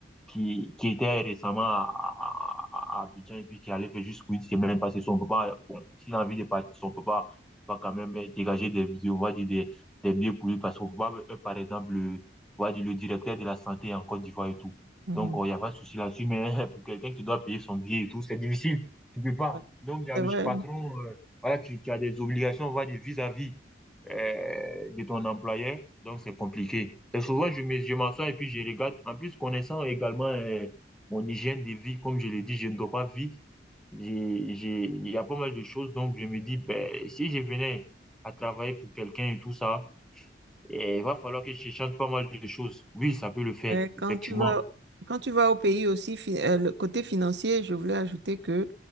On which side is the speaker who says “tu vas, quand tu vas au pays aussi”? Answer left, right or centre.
Right